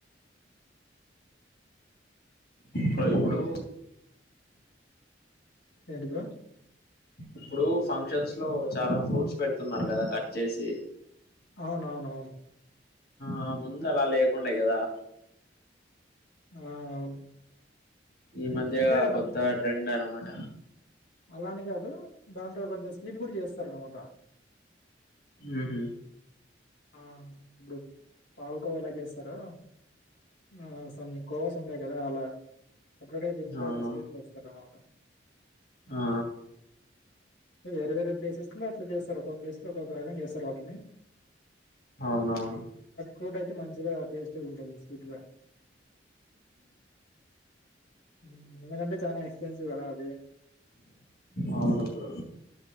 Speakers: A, on the left; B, on the left.
A: కోయిప్పుడు
B: ఏంటి బ్రో
A: ఇప్పుడు ఫంక్షన్స్ లో చాలా ఫ్రూట్స్ పెడుతున్నారు గదా కట్ చేసి
B: అవునవునవును
A: ఆ ముందలా లేకుండే గదా
B: ఆ అవును
A: ఈ మధ్యగా
B: అంటే
A: కొత్త ట్రెండన్నమాట
B: అలా అని కాదు దాంతో కొంచెం స్వీట్ కూడ చేస్తారు అన్నమాట
A: ఉహు
B: ఆ ఇప్పుడు పాల్కోవా ఎలా చేస్తారో ఆ అసలు మీక్ కోవాస్ ఉంటాయి కదా అలా ఒకటే దీంతో
A: అవును
B: ఒక స్వీట్ చేస్తారన్నమాట
A: ఆ ఆ
B: వేరే వేరే ప్లేసెస్ లో అట్ల చేస్తారు ఒక్కొక్క ప్లేస్ కి ఒక్కొక్క రకం చేస్తారు వాట్లని
A: అవునవును
B: ఫ్రూట్ అయితే మంచిగా టేస్టిగుంటుంది స్వీట్ గా ఉ ఎందుకంటే చానా ఎక్స్పెన్సివ్ కదా అది
A: అవును బ్రో